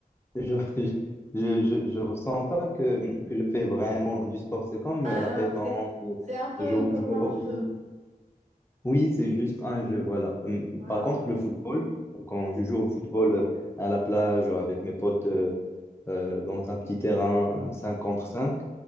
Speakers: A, on the left; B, on the right.
A: je, <laughs> je, je, je ressens pas que, que je fais vraiment du sport. C'est comme
B: Ah,
A: euh, la pétanque
B: c'est,
A: ou
B: c'est un peu
A: jou-
B: comme
A: jouer
B: un
A: au billes.
B: jeu.
A: Oui, c'est juste un jeu, voilà. Hum,
B: Ouais,
A: Par
B: ouais.
A: contre, le football, quand je joue au football euh, à la plage ou avec mes potes euh, euh, dans un petit terrain euh, 5 contre 5,